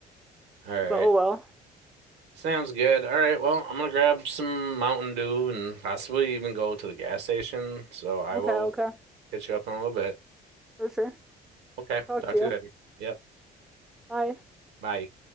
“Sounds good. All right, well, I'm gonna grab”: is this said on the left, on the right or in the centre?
Right